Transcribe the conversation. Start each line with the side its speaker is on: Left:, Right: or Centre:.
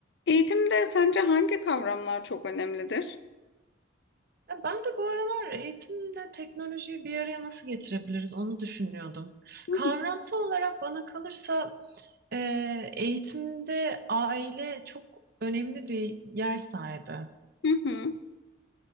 Left: Eğitimde sence hangi kavramlar çok önemlidir?
Right: Ya Ben de bu aralar eğitimle teknolojiyi bir araya nasıl getirebiliriz onu düşünüyordum.
Left: Hı
Right: Kavramsal olarak bana kalırsa e, eğitimde aile çok önemli bir yer sahibi.
Left: hı, Hı.